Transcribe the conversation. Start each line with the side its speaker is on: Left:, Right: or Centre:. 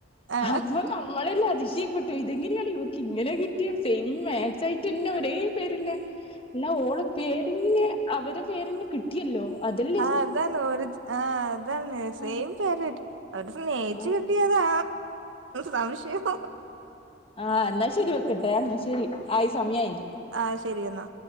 Right: ആ
Left: അപ്പോ നമ്മ- ള് അതിശയപ്പെട്ടു, ഇതെങ്ങനെയാണ് ഇവക്ക് ഇങ്ങനെ കിട്ടിയ സെയിം മാച്ച് ആയിട്ട്ന്നെ ഒരേ പേരന്നെ. അല്ല ഓള് പേരിന്നെ അവരെ പേരിന്നെ കിട്ടിയല്ലോ, അതല്ല-
Right: ആഹാ അതാണ് ഒര് ആഹാ അതാണ് സെയിം.
Left: ആഹ്
Right: ഇപ്പ അവര് സ്നേഹിച്ചു
Left: ആഹ്
Right: കെട്ടിയതാ സംശയം.
Left: ആഹാ എന്നാ ശരി വെക്കട്ടെ എന്നാ ശരി ആയി സമയയായി.
Right: ആഹാ ശരി എന്നാ.